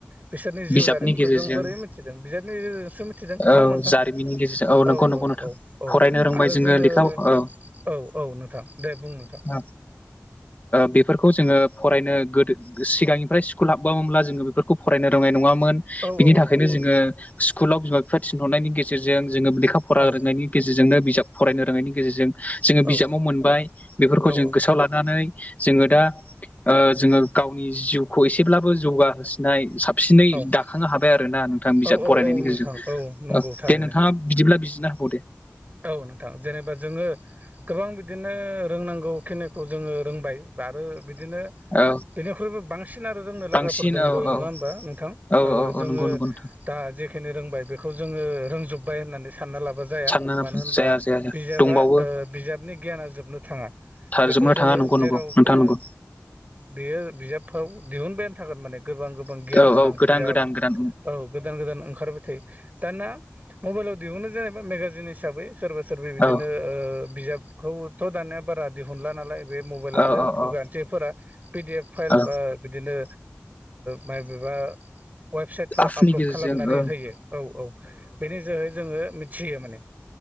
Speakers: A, on the right (about 30°); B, on the left (about 30°).
A: बे बिसोरनि जिउ
B: बिजाबनि
A: जारिमिनखौ
B: गेजेरजों
A: जों बोरै मिथिदों बिजोरनि गेजेरजोंसो मिथिदों नङा
B: औ
A: हथां
B: जारिमिननि गेजेरजों नंगौ
A: औ
B: नंगौ
A: औ
B: नोंथां
A: औ। औ
B: फरायनो रोंबाय
A: आरो जोङो
B: लेखा औ
A: औ औ नोंथां दे बुं नोंथां।
B: औ बेफोरखौ जोङो फरायनो गोदो सिगांनिफ्राय स्कुल हाबबोनब्ला जोङो बेफोरखौ फरायनो रोनाय नङामोन।
A: औ
B: बिनि
A: औ औ
B: थाखायनो
A: नंगौ
B: जोङो
A: नोंथां
B: स्कुलाव बिमा बिफा थिनहरनायनि गेजेरजों जोङो लेखा फरा
A: औ
B: रोंनायनि गेजेरजोंनो बिजाब फरायनो रोनायनि गेजेरजों जोङो
A: औ
B: बिजाबाव मोनबाय। बेफोरखौ
A: औ औ
B: जों गोसोआव लानानै जोङो दा जोङो गावनि जिउखौ एसेब्लाबो जौगाहोसिननाय साबसिनै
A: औ
B: दाखांनो हाबाय आरो ना नोंथां बिजाब
A: औ औ
B: बररायनायनि
A: औ नोंथां
B: गेजेरजों
A: औ नंगौ थारैनो
B: दे नोंथाङा बिदिब्ला बिनो होबाव दे।
A: औ नोंथां जेनेबा जोङो गोबां बिदिनो रोंनांगौ खिनिखौ जोङो रोंबाय बा‌आरो बिदिनो
B: औ
A: बेनिख्रुइबो बांसिन आरो रोंनो लागाफोर
B: बांसिन
A: दंबो
B: औ
A: नङा
B: औ
A: होमबा नोंथां?
B: औ औ
A: जोङो
B: औ नंगौ नंगौ नोंथां
A: दा जेखिनि रोंबाय बेखौ जोङो रोंजोब्बाय होननानै सानना लाबा जाया।
B: सानना
A: मानो होनबा
B: जाया जाया
A: बिजाबा
B: दंबावो
A: बिजाबनि गियाना जोबनो थाङा।
B: थारजोबनो
A: बेखौ जोङो
B: थाङा नंगौ
A: जेरावबो
B: नंगौ नोंथां नंगौ
A: बेयो बिजाबफ्राव दिहुनबायानो थागोन माने गोबां गोबां गियान
B: औ
A: गोनां
B: औ गोदान
A: जा
B: गोदान गोदान
A: औ गोदान गोदान ओंखारबाय थायो दाना मबाइलाव दिहुननो जेनेबा मेगाजिन हिसाबै सोरबा सोरबि बिदिनो
B: औ
A: बिजाबखौथ' दानिया बारा दिहुनला नालाय। बे मबाइलावनो
B: औ औ औ
A: गानसेफोरा पिडि एफ फाइल
B: औ
A: बा बिदिनो माइ बेबा वेबसाइटफोराव
B: आखुनि
A: आपलड
B: गेजेरजों
A: खालामनानै
B: औ
A: होयो औ औ बेनि जोहै जोङो मिथियो माने